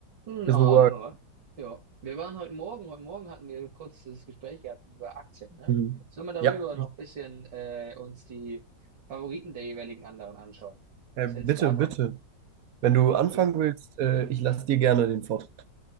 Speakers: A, on the right (about 75°); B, on the right (about 60°).
A: Hm,
B: Bisschen
A: ah,
B: Work.
A: no. Ja, wir waren heute Morgen, heute Morgen hatten wir ein kurzes Gespräch gehabt über Aktien, ne?
B: Mhm.
A: Sollen wir darüber
B: Ja,
A: noch ein bisschen äh, uns die Favoriten der jeweiligen anderen anschauen?
B: Äh,
A: Was
B: bitte,
A: hältst du denn davon?
B: bitte. Wenn du
A: Bitte,
B: anfangen
A: bitte, bitte.
B: willst, äh, ich lasse dir gerne den Vortritt.